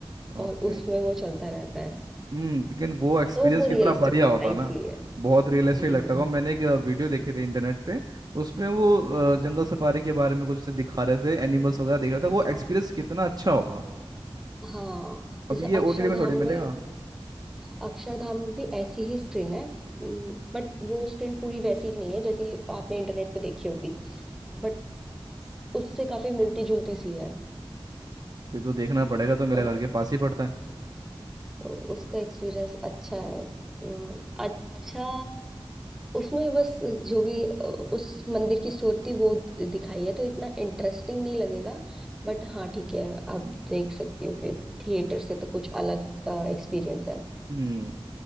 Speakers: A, in the centre; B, on the right.
A: और
B: ओके
A: उसमें वो चलता रहता है
B: हम्म लेकिन वो एक्सपीरियंस
A: तो वो
B: कितना
A: रियलिस्टिक
B: बढ़िया
A: लगता
B: होता
A: है
B: ना
A: इसलिए
B: बहुत रियलिस्टिक
A: हम्म
B: लगता था मैंने एक वीडियो देखे थे इंटरनेट पे उसमें वो अ, जंगल सफारी के बारे में कुछ दिखा रहे थे एनिमल्स वगैरह देख रहा था वो एक्सपीरियंस कितना अच्छा होगा
A: हाँ
B: अब
A: जैसे
B: ये
A: अक्षरधाम
B: ओटीटी में थोड़ी मिलेगा
A: में अक्षरधाम भी ऐसी ही स्क्रीन है बट वो स्क्रीन पूरी वैसी नहीं है जैसी आपने इंटरनेट पे देखी होगी बट उससे काफी मिलती जुलती सी है
B: फिर तो देखना पड़ेगा तो मेरे
A: तो
B: घर के पास ही पड़ता है
A: तो उसका एक्सपीरियंस अच्छा है अम, अच्छा उसमें बस जो भी अ, उस मंदिर की स्टोरी थी वो दिखाई है तो इतना इंटरेस्टिंग नहीं लगेगा बट हाँ ठीक है आप देख सकती हो कि थिएटर से तो कुछ अलग एक्सपीरियंस है
B: हम्म